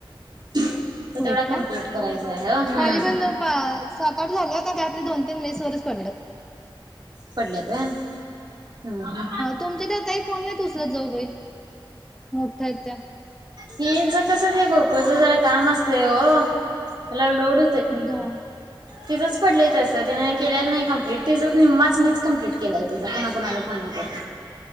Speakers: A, on the right (about 55°); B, in the centre.
A: तर
B: होय
A: तेवढा
B: का?
A: कमप्लीट करायलां आहे ह हम्
B: माझे पण पा सात आठ झाले त्या त्यातले दोन तीन मेसवरच पडल्यात.
A: पडल्यात व हम हम
B: तुमच्या त्या ताई फोन नाही उचलत जाऊ बाई मोठ्या त्या
A: हेन कस गो कझ जरा काम असतय ओ एल लोड
B: एकदा
A: तिथंच पडलंय तस ते नाय केलेला नाही कम्प्लीट तिं निम्माच मीच कम्प्लीट केलाय तिंजा कोणा कोणाला फोन करून.